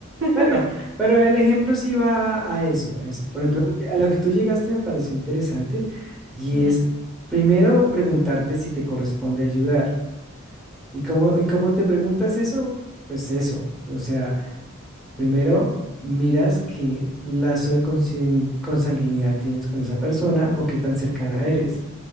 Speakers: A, in the centre; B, on the right.
A: bueno,
B: <laughs>
A: pero el ejemplo sí va a eso, a eso. Por ejemplo, lo que- a lo que tú llegaste me pareció interesante y
B: Ujú,
A: es
B: ujú,
A: primero preguntarte si te corresponde ayudar. ¿Y cómo, y cómo te preguntas eso? Pues eso, o sea, primero miras qué lazo de consien- consanguinidad tienes con esa persona o qué tan cercana eres.